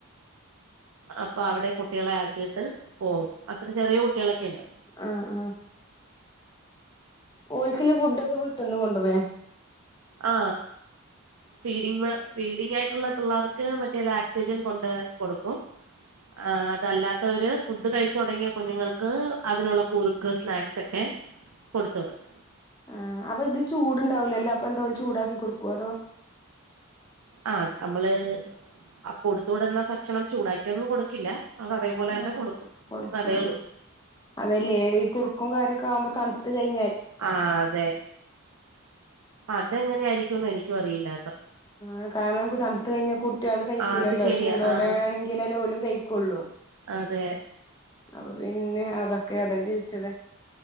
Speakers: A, on the right (about 75°); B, on the left (about 20°).
A: അപ്പൊ അവിടെ കുട്ടികളെ ആക്കീട്ട് പോകും അത്ര ചെറിയ കുട്ടിളെക്കെ ഇണ്ട്
B: ആ ആ ഓൽക്കില ഫുഡൊക്കെ വീട്ടിന്ന് കൊണ്ടു പോയ
A: ആ ഫീഡിങ് ഫീഡിങ്ങായിട്ടുള്ള പിള്ളേർക്ക് മറ്റേത് ആക്ടജൻ കൊണ്ട് കൊടുക്കും ആ അതല്ലാത്തവർ ഫുഡ് ക ഴിച്ചൊടങ്ങിയ കുഞ്ഞുങ്ങൾക്ക് അതിനൊള്ള കുറുക്ക് സ്നാക്സെക്കെ കൊടുത്ത് വിടും
B: ആ അപ്പൊ ഇത് ചൂട്ണ്ടാവൂലല്ലോ അപ്പൊ എന്തോല് ചൂടാക്കി കൊടുക്കുവോ അതോ
A: ആ നമ്മള് അ കൊടുത്ത് വിടുന്ന ഭക്ഷണം ചൂടാക്കിയൊന്നും കൊടുക്കില്ല അത് അതേപോലെ
B: ഉം..
A: തന്നെ കൊടുക്കും
B: കൊടുക്കും
A: അതേ ഉള്ളൂ
B: അതല്ലേ ഈ കുറുക്കും കാര്യൊക്കെ ആവുമ്പോ- തണുത്ത്കഴിഞ്ഞ.
A: ആ.. അതെ അതെങ്ങനെയാ- യിരിക്കുന്ന് എനിക്കും അറിയില്ല.
B: ആ കാരണം ക്കു തണു കഴിഞ്ഞ- കുട്ടികളു കഴിക്കൂലല്ലോ,
A: ആ അത് ശരിയാ
B: ചൂടോടെ
A: ആ
B: ആണെങ്കിലല്ലേ ഓലും- കഴിക്കോള്ളൂ.
A: അതെ!
B: അപ്പൊ പിന്നെ അതൊക്കെ അതാ.. ചോയിച്ചത്.